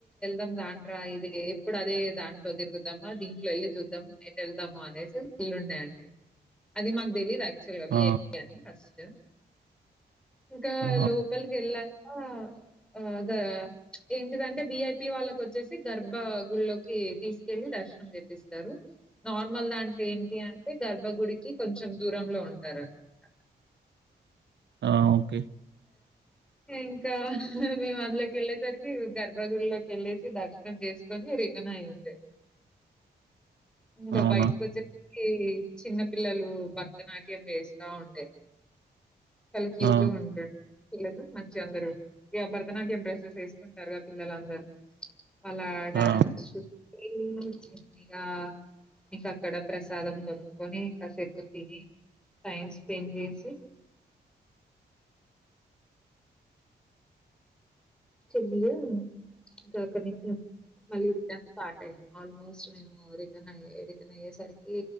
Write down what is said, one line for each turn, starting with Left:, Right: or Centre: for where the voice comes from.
Centre: ాం దాం్రా ఇది ఎప్పుడు అదే దాంట్లో తిరుగుదామా దీంట్లో వెళ్ళి చూద్దాం ఎట్ వెళ్దాము అనేసి ల్ ఉన్నాయండి అది మాకు తెలీదు యాక్చువల్ గా
Right: ఆ
Centre: విఐ అని ఫస్ట్ ఇంకా
Right: ఆ
Centre: లోపలికి వెళ్ళాక ఆ గ ఏంటిదంటే బిఐపి వాళ్ళకి వచ్చేసి గర్భ గు లోకి తీసుకెళ్ళలి దర్శనం చేప్పస్తారు నార్మల్ దాంట్లో ఏంటి అంటే గర్వ బబ గుడికి కొంచెం దూరంలో ఉంటారనమాట
Right: ఆ ఓకే
Centre: ఇంకా మేము అందులోకి వెళ్ళేసరికి గర్భధలోకి వెళ్ళేసి దర్శనం చేసుకొని రకనా అయి ఉండే ఇంకా
Right: అవునా
Centre: బయటకి వచ్చే చిన్న పిల్లలు భరతనాట్యం వేస్తా ఉండే క్యూ
Right: ఆ
Centre: టూ హండ్రెడ్ పిల్లలు మ అందరు ఇక భరతనాట్యం డ్రెస్సెస్ వేసుకుంటారు పిల్లలందరు అళ్ళ డ్యాన్స్
Right: ఆ
Centre: చ చిందిగా ఇంక అక్కడ ప్రసాదం కొొనుకొని ఇంకాసేపు తిని టైమ్ స్పెండ్ చేసి చెలియా కాకనీ మళ్ళీ రిటర్న్ స్టార్ట్ అయ్యాం ఆల్మోస్ట్ మేము రిటర్న్ అయ రిటర్న్ అయ్యేసరికి